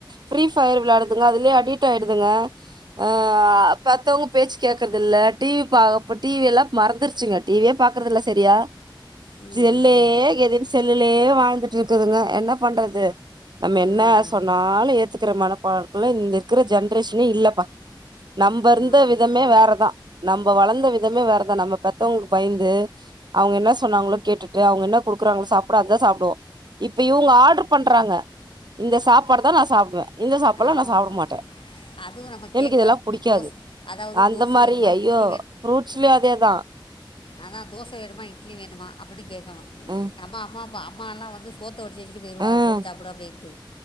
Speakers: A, on the right; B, on the left.
A: ஃப்ரீ ஃபயர் விளாடுதுங்க அதுலயே அடிட் ஆயிடுதுங்க ஆ பெத்தவங்க பேச்சு கேக்குறது இல்ல டிவி ப்ப டிவிலா மறந்துருச்சுங்க டிவியே பாக்குறது இல்ல சரியா
B: ம்
A: செல்லே கதீனு செல்லுலயே வாழ்ந்துட்டு இருக்குதுங்க என்ன பண்றது நம்ம
B: ம்,
A: என்னா
B: ஆமாம்
A: சொன்னாலு ஏத்துக்கற மனப்பாக்குல இந்த இருக்கற ஜென்ரேஷனே இல்லப்பா நம்ப இருந்த
B: ஆமாம்
A: விதமே வேறதா நம்ப வளந்த விதமே வேறதா நம்ப பெத்தவங்களுக்கு பயந்து அவங்க என்ன சொன்னாங்ளோ கேட்டுட்டு அவுங்க என்ன குடுக்குறங்ளோ சாப்ட அதுதா சாப்டுவோ இப்ப இவங்க ஆர்டர் பண்றாங்க இந்த சாப்பாடு தா நா சாப்டுவ இந்த சாப்பாட்லா
B: ஆமாம்
A: நா சாப்ட
B: ஆமாம்
A: மாட்ட
B: அதுவும் நம்ம
A: எனக்
B: கேட்கணும்
A: இதெல்லா புடிக்காது
B: தோசை அதாவது
A: அந்த
B: தோசை
A: மாரி
B: வேணுமா
A: ஐயோ
B: இட்லி
A: ஃப்ருட்ஸ்லயு அதேதா
B: அத தோச வேணுமா இட்லி வேணுமா அப்டி கேக்கணு
A: ம்
B: நம்ம அம்மா மா அம்மாலா வந்து சோத்த வடிச்சு வெச்சுட்டு போய்ருவாவ
A: ம்
B: போட்டு சாப்டு அப்டின்ட்டு